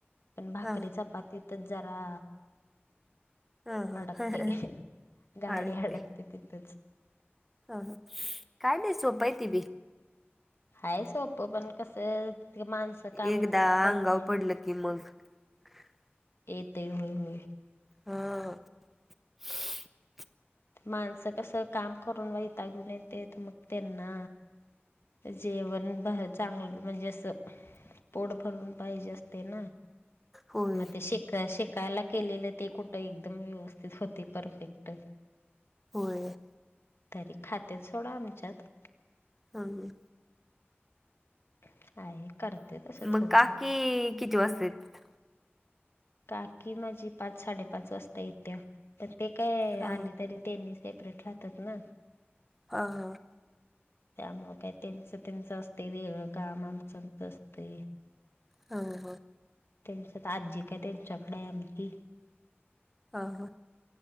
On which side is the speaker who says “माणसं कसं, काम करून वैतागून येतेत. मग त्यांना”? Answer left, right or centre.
Left